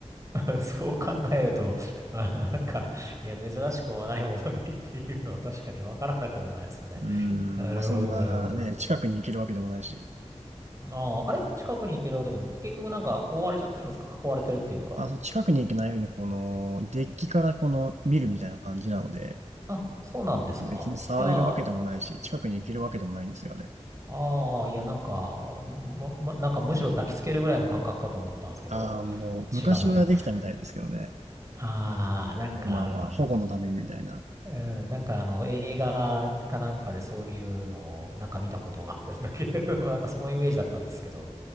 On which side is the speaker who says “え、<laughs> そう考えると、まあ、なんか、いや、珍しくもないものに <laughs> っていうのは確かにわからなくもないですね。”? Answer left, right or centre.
Right